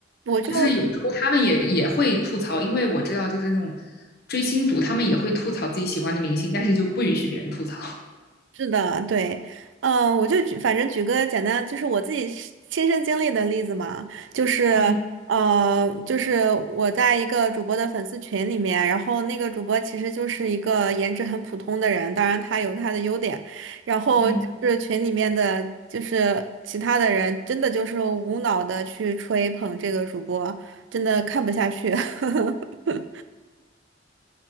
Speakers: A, on the right; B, on the left.
A: 我就
B: 就是有时候他们也也会吐槽，因为我知道就是那种追星族，他们也会吐槽自己喜欢的明星，但是就不允许别人吐槽。
A: 是的，对，嗯，我就举，反正举个简单，就是我自己是亲身经历的例子嘛，就是
B: <laughs> 嗯
A: 呃，就是我在一个主播的粉丝群里面，然后那个主播其实就是一个颜值很普通的人，当然他有他的优点，然后就是群里面的就是其他的人，
B: 嗯。
A: 真的就是无脑的去吹捧这个主播，真的看不下去。<laughs>